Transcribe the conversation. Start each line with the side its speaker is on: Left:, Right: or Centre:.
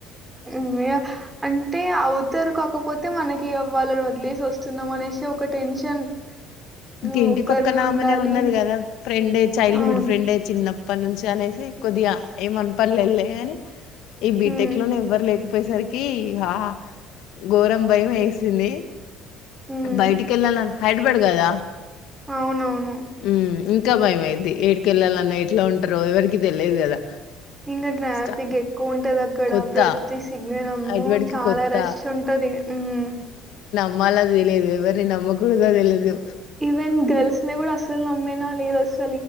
Right: హమ్మయ్య అంటే అవుతారు కాకపోతే మనకి వాళ్ళను వదిలేసి వస్తున్నామనేసి ఒక టెన్షన్
Left: ఇంక
Right: హ్మ్
Left: ఇంటి
Right: ఒక్కరమే
Left: పక్కనమెనే
Right: ఉండాలి
Left: ఉన్నది కదా ఫ్రెండే చైల్డ్హుడ్
Right: అవును
Left: ఫ్రెండే చిన్న ప్పనుంచి అనేసి కొద్దిగా ఏ మన పల్లెలో అని ఈ బీటెక్లోనే
Right: హ్మ్
Left: ఎవ్వరు లేక పోయేసరికి హ ఘోరం భయమేసింది
Right: హ్మ్
Left: బయటికి ఎళ్లాలన్న హైడ్రబాడ్ కదా
Right: అవునవును.
Left: హ్మ్ ఇం కా భయం అయిది ఎడికెళ్ళాలన్నా ఎట్లా ఉంటారో ఎవరికి తెలియదు కదా
Right: ఇంకా ట్రాఫిక్
Left: స్టా
Right: ఎక్కువ ఉంటది అక్కడ
Left: కొత్త
Right: ప్రతి సిగ్నల్ అమ్మో
Left: ఎటువడికి
Right: చాలా
Left: కొత్త
Right: రష్ ఉంటది హ్మ్.
Left: మ్మలో తెలియదు ఎవర్ని నమ్మకూడదో తెలిదు
Right: ఈవెన్ గర్ల్స్‌ని కూడా అసలు నమ్మేలా లేదు అస